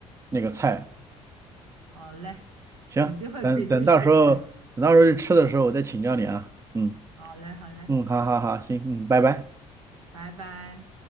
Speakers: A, on the right; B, on the right.
A: 那个菜。
B: 好嘞，
A: 行，
B: 有机会可以去试试。
A: 等等到时候等到时候去吃的时候我再请教你啊。嗯
B: 好嘞，好嘞，
A: 嗯，好好好，行，嗯，拜拜。
B: 拜拜。